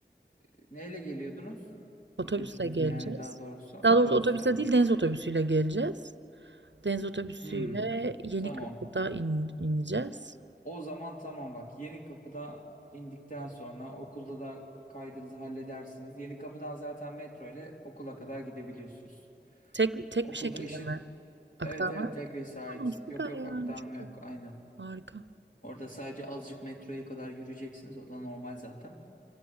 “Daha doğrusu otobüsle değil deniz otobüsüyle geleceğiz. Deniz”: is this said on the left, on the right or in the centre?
Right